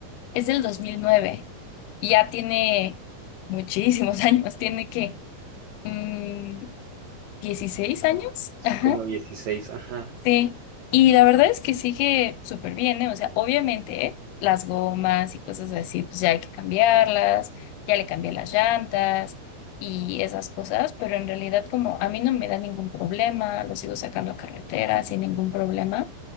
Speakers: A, on the left; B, on the right.
A: Es del 2009 y ya tiene muchísimos <laughs> años, tiene que mm, 16 años,
B: Sí,
A: ajá,
B: como 16, ajá.
A: sí. Y la verdad es que sigue súper bien, ¿eh? O sea, obviamente, ¿eh? Las gomas y cosas así, pues ya hay que cambiarlas, ya le cambié las llantas y esas cosas, pero en realidad como a mí no me da ningún problema, lo sigo sacando a carretera sin ningún problema.